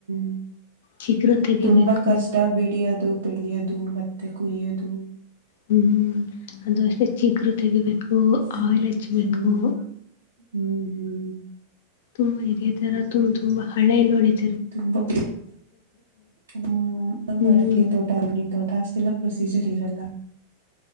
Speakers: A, on the right; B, on the left.
A: ಹ್ಮ
B: ಚಿಗುರು ತೆಗಿಬೇಕು
A: ತುಂಬಾ ಕಷ್ಟ ಬಿಡಿ ಅದು. ಬೆಳೆಯೋದು ಮತ್ತೆ ಕುಯ್ಯದು.
B: ಹ್ಮ್ ಅದು ಅಷ್ಟೆ ಚಿಗರು ತೆಗಿಬೇಕು
A: ತುಂಬಾ
B: ಆಯಿಲ್ ಹಚ್ಬೇಕು.
A: ಹ್ಮ್ ಹ್ಮ್ ಹ್ಮ.
B: ತುಂಬಾ ಇದೇ ತರ ತುಂಬ ತುಂಬಾ ಹಳೆ ಎಲ್ಲಿ ಹೊಡ.
A: ತುಂಬಾ ಹ್ಮ ನಮ್ಮ್
B: ಹ್ಮ್
A: ಅಡಿಕೆ ತೋಟ ಅಂಗಿನ ತೋಟ ಅಷ್ಟತಿಲ್ಲ. ಪ್ರೊಸಿಜರ್ ಇರಲ್ಲ